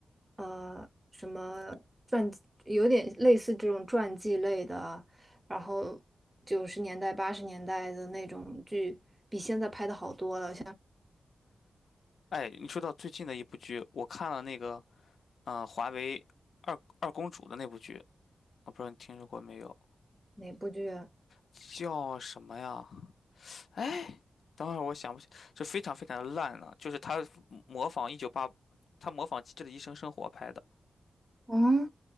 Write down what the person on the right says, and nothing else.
呃，什么传，有点类似这种传记类的，然后九十年代、八十年代的那种剧，比现在拍的好多了。
哪部剧啊？
嗯，